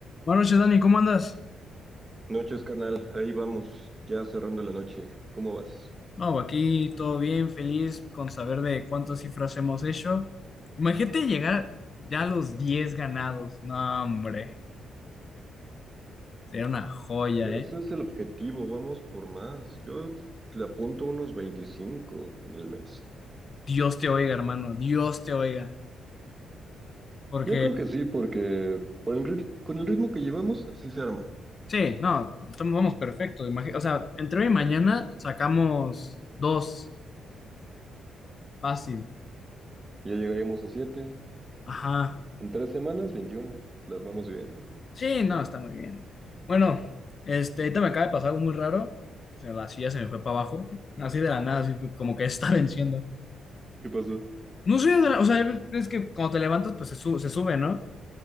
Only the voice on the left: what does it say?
Buenas noches, Dani, ¿cómo andas?
No, aquí todo bien, feliz con saber de cuántas cifras hemos hecho. Imagínate llegar ya a los 10 ganados. No, hombre, sería una joya,
¿eh?
Dios te oiga, hermano, Dios te oiga. Porque,
sí, no, estamos, vamos perfecto. imagi- o sea, entre hoy y mañana sacamos dos, fácil.
Ajá.
Sí, no, está muy bien. Bueno, este, ahorita me acaba de pasar algo muy raro. que se- La silla se me fue para abajo, así de la nada, así como que está <laughs> venciendo.
No sé, de la- o sea, es que cuando te levantas, pues se, su- se sube, ¿no?